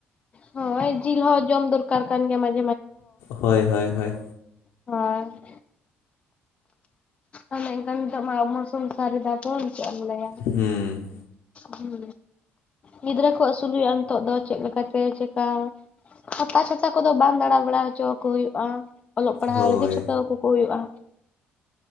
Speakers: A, on the left (about 25°); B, on the left (about 85°).
A: ᱦᱳᱭ ᱡᱤᱞ ᱦᱚᱸ ᱡᱚᱢ ᱫᱚᱨᱠᱟᱨ ᱠᱟᱱ ᱜᱮᱭᱟ ᱢᱟᱡᱷ
B: ᱦᱳᱭ, ᱦᱳᱭ, ᱦᱳᱭ,
A: ᱦᱳᱭ, ᱚᱱᱮ ᱮᱝᱠᱟᱱ ᱱᱤᱛᱚᱜ ᱢᱟ ᱟᱵᱚᱢᱟ ᱥᱚᱝᱥᱟᱨ ᱮᱫᱟ ᱵᱚᱱ᱾ ᱪᱮᱜ ᱮᱢ ᱞᱟᱹᱭᱟ?
B: ᱦᱩᱸ
A: ᱦᱩᱸ, ᱜᱤᱫᱽᱨᱟᱹ ᱠᱚ ᱟᱹᱥᱩᱞ ᱦᱩᱭᱩᱜ-ᱟ ᱱᱤᱛᱚᱜ ᱫᱚ ᱪᱮᱫ ᱞᱮᱠᱟᱛᱮ ᱪᱮᱠᱟ ᱯᱟᱛᱟ ᱪᱷᱟᱛᱟ ᱠᱚᱫᱚ ᱵᱟᱝ ᱫᱟᱸᱲᱟ-ᱵᱟᱲᱟ ᱦᱚᱪᱚ ᱟᱠᱚ ᱦᱩᱭᱩᱜ-ᱟ᱾ ᱚᱞᱚᱜ ᱯᱟᱲᱟᱦᱟᱣ
B: ᱦᱳᱭ
A: ᱨᱮᱫᱚ ᱪᱷᱩᱴᱟᱹᱣ ᱠᱟᱠᱚ ᱦᱩᱭᱩᱜ-ᱟ᱾